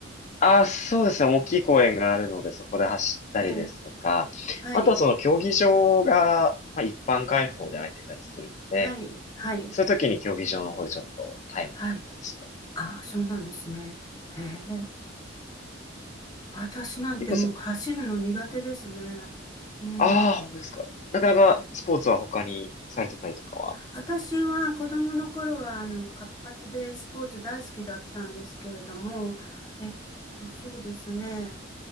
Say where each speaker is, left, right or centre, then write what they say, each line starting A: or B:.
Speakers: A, on the left (about 40°); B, on the left (about 20°).
A: あ、そうですね。大きい公園があるので、そこで走ったりですとか、
B: ええ、はい。
A: あとはその競技場が、まあ、一般開放で空いてたりするので、
B: はい、はい、
A: そういう時に競技場の方でちょっとタイムを測って走ったり。
B: はい。ああ、そうなんですね。へえ。私なんてもう走るの苦手ですね。
A: 結構そ、
B: うん。
A: ああ、本当ですか。なかなかスポーツは他にされてたりとかは。
B: はい。私は子供の頃は、あの、活発でスポーツ大好きだったんですけれども、えっと、そうですね。